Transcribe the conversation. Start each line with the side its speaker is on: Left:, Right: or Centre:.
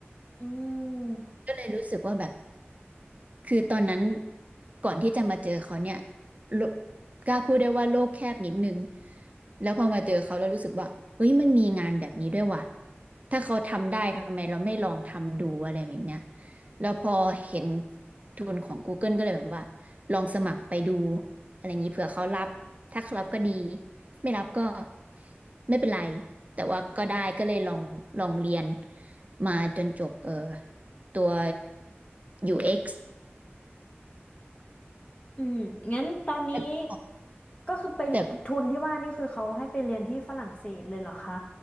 Left: อืม
Right: ก็เลยรู้สึกว่าแบบ คือตอนนั้นก่อนที่จะมาเจอเขาเนี่ยโลกกล้าพูดได้ว่าโลกแคบนิดนึงแล้วพอมาเจอเขาแล้วรู้สึกว่าเฮ้ยมันมีงานแบบนี้ด้วยว่ะถ้าเขาทำได้ทำไมเราไม่ลองทำดูอะไรแบบเนี้ยแล้วพอเห็นทุนของ Google ก็เลยแบบว่าลองสมัครไปดูอะไรอย่างนี้เผื่อเขารับถ้าเขารับก็ดีไม่รับก็ไม่เป็นไรแต่ว่าก็ได้ก็เลยลองลองเรียนมาจนจบเออตัว UX
Left: อืมงั้นตอนนี้
Right: แต่
Left: ก็คือไปทุนที่ว่านี่คือเขาให้ไปเรียนที่ฝรั่งเศสเลยเหรอคะ
Right: แต่